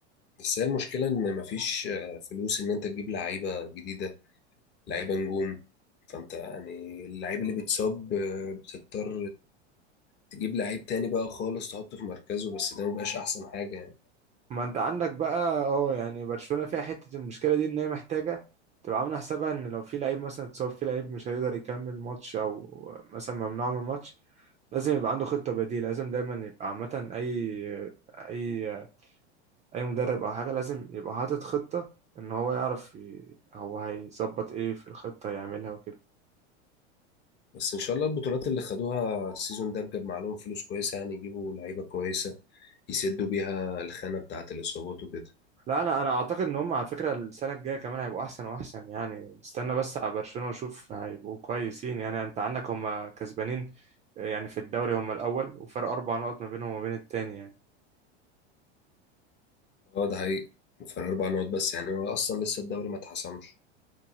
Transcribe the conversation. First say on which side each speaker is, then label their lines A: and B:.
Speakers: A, on the left; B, on the right.
A: بس هي المشكلة إن مفيش فلوس إن أنت تجيب لعيبة جديدة لعيبه نجوم فانت يعني اللعيب اللي بيتصاب آه، بتضطر تجيب لعيب تاني بقى خالص تحطه في مركزه بس ده مبقاش احسن حاجه يعني
B: ما انت عندك بقى اه يعني برشلونة فيها حتة المشكلة دي ان هي محتاجة تبقى عاملة حسابها ان لو في لعيب مثلا اتصاب في لعيب مش هيقدر يكمل ماتش او مثلا ممنوع من الماتش لازم يبقى عنده خطة بديلة لازم دايما يبقى عامة اي اي اي مدرب او حاجة لازم يبقى حاطط خطة ان هو يعرف ي- هو هيظبط ايه في الخطة يعملها وكده
A: بس ان شاء الله البطولات اللي خدوها السيزون ده جاب معاهم فلوس كويسه يعني يجيبوا لعيبه كويسه يسدوا بيها الخانه بتاعه الاصابات وكده
B: لا لا انا اعتقد ان هم على فكره السنه الجايه كمان هيبقوا احسن واحسن يعني استنى بس على برشلونه وشوف هيبقوا كويسين يعني انت عندك هم كسبانين يعني في الدوري هم الاول وفرق اربع نقط ما بينهم وما بين التاني يعني
A: اه ده حقيقي فرق اربع نقط بس يعني هو اصلا لسه الدوري ما اتحسمش